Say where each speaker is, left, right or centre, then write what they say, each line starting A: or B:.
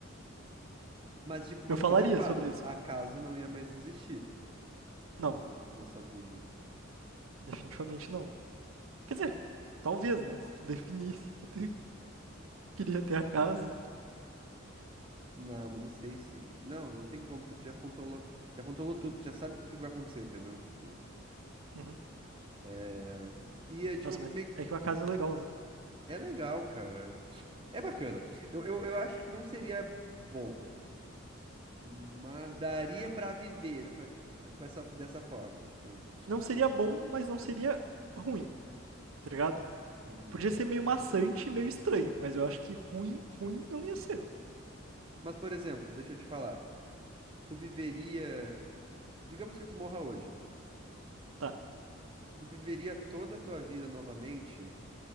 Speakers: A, on the right (about 25°); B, on the right (about 80°).
A: Mas de- uma
B: falaria
A: coisa é fato,
B: sobre isso.
A: acaso não ia mais existir, tipo,
B: Não,
A: na nossa vida.
B: definitivamente não. Quer dizer, talvez, né? Se tu definisse que tu queria ter a casa.
A: Não, mas não sei se. Não, não tem como, porque tu já controlou, já controlou tudo, tu já sabe tudo que vai acontecer, entendeu? Tipo.
B: Uhum.
A: é, E é tipo,
B: Nossa, mas
A: meio... que-
B: é que a casa é legal, né?
A: é legal, cara. É bacana. Eu, eu, eu acho que não seria bom, mas daria pra viver com, e- com essa, dessa forma, tipo.
B: não seria bom, mas não seria ruim, tá ligado?
A: Uhum.
B: Podia ser meio maçante, meio estranho, mas eu acho que ruim, ruim não ia ser.
A: Mas, por exemplo, deixa eu te falar. Tu viveria. Digamos que tu morra hoje.
B: Tá.
A: Tu viveria toda a tua vida novamente,